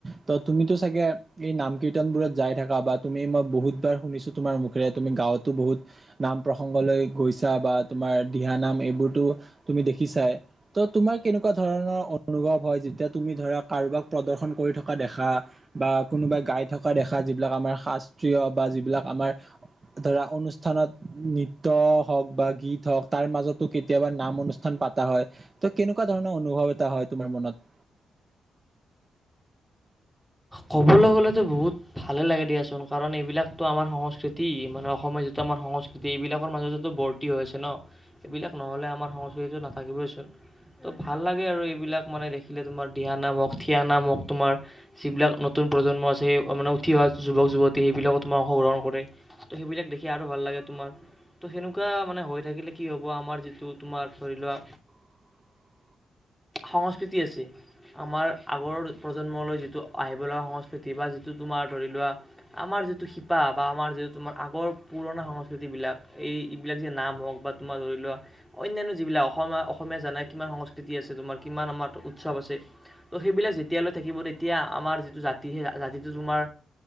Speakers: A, on the right; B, in the centre.
A: ত' তুমিতো চাগে এই নাম কীৰ্তনবোৰত যাই থাকা বা তুমি মই বহুতবাৰ শুনিছো তোমাৰ মুখেৰে তুমি গাঁওতো বহুত নাম প্ৰসংগলৈ গৈছা বা তোমাৰ দিহা নাম এইবোৰতো তুমি দে দেখিছাই ত'তোমাৰ কেনেকুৱা ধৰণৰ অনুভৱ হয় যেতিয়া তুমি ধৰা কাৰোবাক প্ৰদৰ্শন কৰি থকা দেখা বা কোনোবা গাই থকা দেখা যিবিলাক আমাৰ শাস্ত্ৰীয় বা যিবিলাক আমাৰ ধৰা অনুষ্ঠানত নৃত্য হক বা গীত হক তাৰ মাজতো কেতিয়াবা নাম অনুষ্ঠান পাতা হয় ত' কেনেকুৱা ধৰণৰ অনুভৱ এটা হয় তোমাৰ মনত? <inaudible>
B: ক'বলৈ গ'লেতো বহুত ভালে লাগে দিয়াচোন কাৰণ এইবিলাকতো আমাৰ সংস্কৃতি মানে অসমীয়া আমাৰ সংস্কৃতি এইবিলাকৰ মাজতেতো বৰ্তি হৈ আছে ন' এইবিলাক নহলে আমাৰ সংস্কৃতিটো নাথাকিবই চোন। ত' ভাল লাগে আৰু এইবিলাক মানে দেখিলে তোমাৰ দিহা নাম হক, থিয়া নাম হক তোমাৰ যিবিলাক নতুন প্ৰজন্ম আছে মানে উঠি অহা যুৱক -যুৱতী সেইবিলাকত মই অংশগ্ৰহণ কৰে ত' সেইবিলাক দেখ খিয়াৰো ভাল লাগে তোমাৰ। ত' সেনেকুৱা মানে হৈ থাকিলে কি হব আমাৰ যিটো তোমাৰ ধৰি লোৱা
A: <inaudible>
B: সংস্কৃতি আছে, আমাৰ আগৰ প্ৰজন্মলৈ যিটো আহিবলগা সংস্কৃতি বা যিটো তোমাৰ ধৰি লোৱা আমাৰ যিটো শিপা বা আমাৰ যিটো তোমাৰ আগৰ পুৰণা সংস্কৃতিবিলাক এই এইবিলাক যে নাম হওক বা তোমাৰ ধৰি লোৱা অন্যান্য যিবিলাক অসমীয়-অসমীয়া জানাই কিমান সংস্কৃতি আছে তোমাৰ কিমান আমাৰ উৎসৱ আছে। ত' সেইবিলাক যেতিয়ালৈ থাকিব তেতিয়া আমাৰ যিটো জাতি সেই জাতিটো তোমাৰ